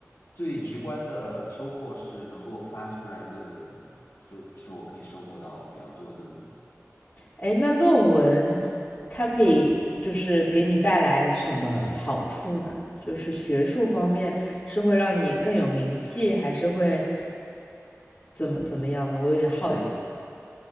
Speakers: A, on the left (about 85°); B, on the left (about 35°).
A: 最直观的收获是能够发出来论文，就是我可以收获到比较多的论文。
B: 哎，那论文它可以就是给你带来什么好处呢？就是学术方面是会让你更有名气，还是会怎么怎么样呢？我有点好奇。
A: 对。